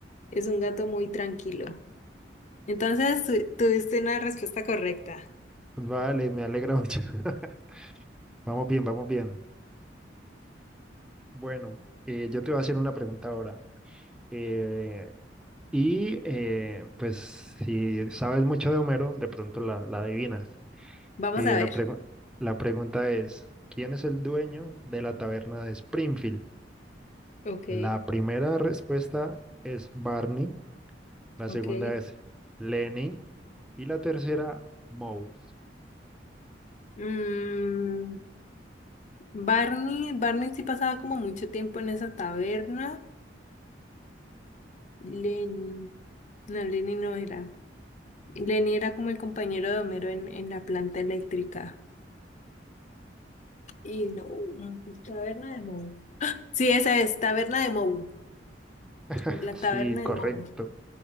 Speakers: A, on the left; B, in the centre.
A: es un gato muy tranquilo. Entonces, tu- tuviste una respuesta correcta.
B: Vale, me alegra mucho. <laughs> Vamos bien, vamos bien. Bueno, eh, yo te voy a hacer una pregunta ahora. Eh, y eh, pues si sabes mucho de Homero, de pronto la, la adivinas.
A: Vamos
B: Eh,
A: a ver.
B: la pregu- la pregunta es, ¿quién es el dueño de la taberna de Springfield?
A: Ok,
B: La primera respuesta es Barney, la
A: ok.
B: segunda es Lenny y la tercera Moe.
A: Mm, Barney, Barney sí pasaba como mucho tiempo en esa taberna. Lenny, no, Lenny no era. Lenny era como el compañero de Homero en, en la planta eléctrica. Y no, mm, taberna de Moe. Sí, esa es, taberna de Moe,
B: <laughs>
A: la
B: Sí,
A: taberna
B: correcto,
A: de Moe.